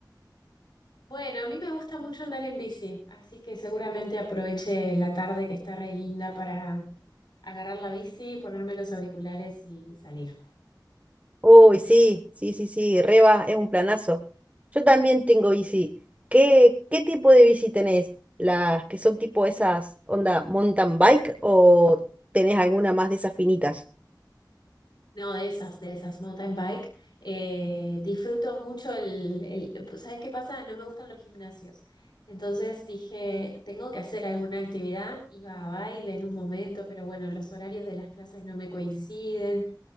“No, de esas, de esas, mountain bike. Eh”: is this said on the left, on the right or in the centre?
Left